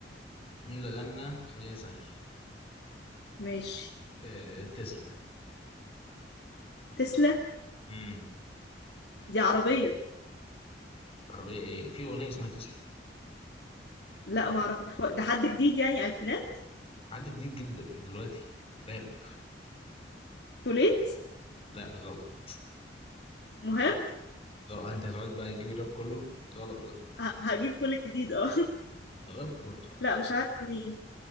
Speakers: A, on the left (about 35°); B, on the left (about 65°).
A: مين اللي غنى خلينا سهل
B: ماشي
A: آه، تسلا
B: تسلا
A: امم
B: دي عربية
A: عربية ايه في أغنية اسمها تسلا
B: لا ما اعرف ده حد جديد يعني الفينات
A: حد جديد جدا دلوقتي راب
B: توليت
A: لا غلط
B: مهاب
A: غلط انت هتقعد بقى تجيب الراب كله غلط لا
B: ه- هجيب كل الجديد اه
A: غلط برضه
B: <laughs> لا مش عارفه مين